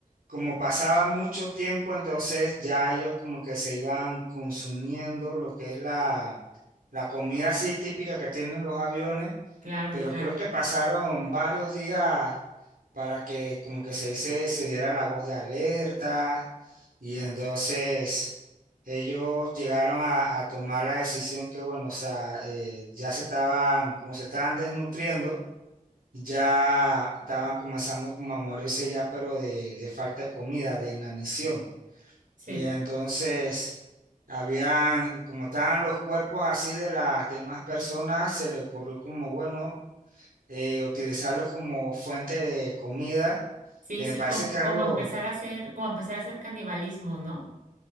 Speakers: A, on the right; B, on the right.
A: como pasaba mucho tiempo, entonces ya ellos como que se iban consumiendo lo que es la, la comida así típica que tienen los aviones,
B: claro,
A: pero
B: claro.
A: creo que pasaron varios días para que como que se dice, se diera la voz de alerta y entonces ellos llegaron a, a tomar la decisión que bueno, o sea, eh, ya se estaban, como se estaban desnutriendo, ya estaban comenzando como a morirse ya, pero de, de falta de comida, de inanición.
B: Sí,
A: Y entonces, habían, como estaban los cuerpos así de las demás personas, se le ocurrió como, bueno, eh, utilizarlos como fuente de comida,
B: sí,
A: que
B: sí,
A: me parece
B: como,
A: que algo,
B: como empezar a hacer, como empezar a hacer canibalismo, ¿no?